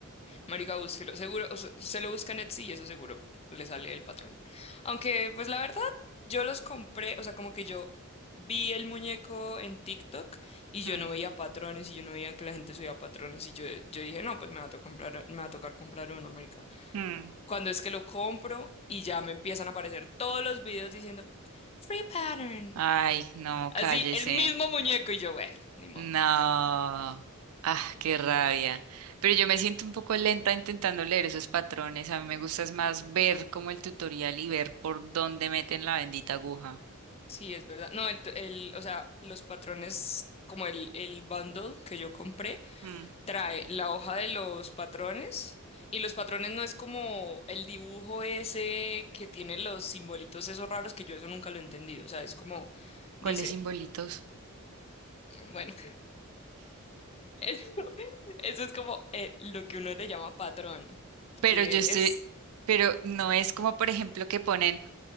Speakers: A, on the left; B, on the right.
A: Marica, búsquelo. Seguro, o sea, se lo busca en Etsy y eso seguro le sale el patrón. Aunque, pues la verdad, yo los compré, o sea, como que yo vi el muñeco en TikTok y yo
B: Hmm,
A: no veía patrones y yo no veía que la gente subía patrones y yo, yo dije, no, pues me va a to- comprar, me va a tocar comprar uno, marica.
B: hmm.
A: Cuando es que lo compro y ya me empiezan a aparecer todos los videos diciendo, free pattern.
B: Ay, no,
A: Así,
B: cállese.
A: el mismo muñeco y yo, bueno, ni modo.
B: No. Ah, qué rabia. Pero yo me siento un poco lenta intentando leer esos patrones. A mí me gusta es más ver como el tutorial y ver por dónde meten la bendita aguja.
A: Sí, es verdad. No, el, el- o sea, los patrones, como el, el bundle que yo compré,
B: Hmm,
A: trae la hoja de los patrones y los patrones no es como el dibujo ese que tiene los simbolitos esos raros que yo eso nunca lo he entendido. O sea, es como, dice,
B: ¿Cuáles simbolitos?
A: bueno, <laughs> eso, eso es como eh, lo que uno le llama patrón,
B: Pero
A: que
B: yo estoy,
A: es
B: pero no es como por ejemplo que ponen